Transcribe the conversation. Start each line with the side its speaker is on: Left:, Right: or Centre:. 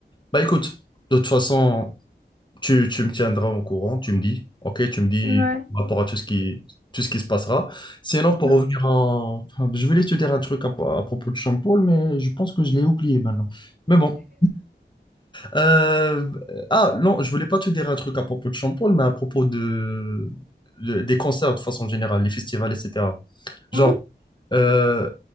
Left: bah écoute, de toute façon, tu, tu me tiendras au courant, tu me dis, ok, tu me dis
Right: Ouais,
Left: par rapport à tout ce qui, tout ce qui se passera. Sinon, pour
Right: ouais.
Left: revenir en... Je voulais te dire un truc à, à propos de Sean Paul, mais je pense que je l'ai oublié maintenant. Mais bon, euh, ah, non, je voulais pas te dire un truc à propos de Champol, mais à propos de, de- des concerts de façon générale, les festivals, etc. Genre,
Right: <laughs> <laughs>
Left: euh,